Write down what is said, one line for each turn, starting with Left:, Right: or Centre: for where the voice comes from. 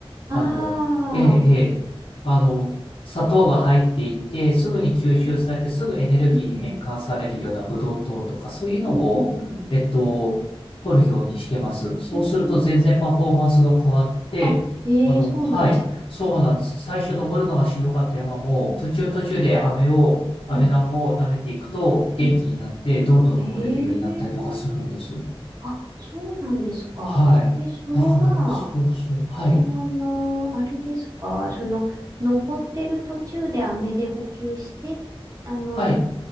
Right: あ
Left: あの、ええ、
Right: あ。う
Left: ええ、あの、砂糖が入っていて、すぐに吸収されて、
Right: ん
Left: すぐエネルギーに変換されるようなブドウ糖とか、
Right: うん。
Left: そういうのを、
Right: うん。
Left: えっと、取るようにしてます。そうすると全然パフォーマンスが変わって、
Right: えー、あ、えー、
Left: あの、
Right: そうなんです。
Left: はい、そうなんです。最初登るのがしんどかった山も、途中途中で飴を、飴玉を舐めていくと元気になって、
Right: うんう
Left: どんどん登れるようになったりとかするんです。
Right: ん。ええあ、そうなんですか。
Left: はい。
Right: え、それは、
Left: だから、そうそう、
Right: あ
Left: はい。
Right: の、あれですか、その、登ってる途中で飴で補給して、あの、
Left: はい。